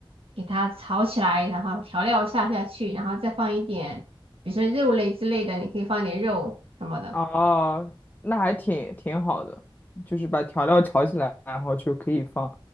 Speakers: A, on the right; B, on the left.
A: 给它炒起来，然后调料下下去，然后再放一点，比如说肉类之类的，你可以放一点肉什么的。
B: 哦，那还挺挺好的，就是把调料炒起来，然后就可以放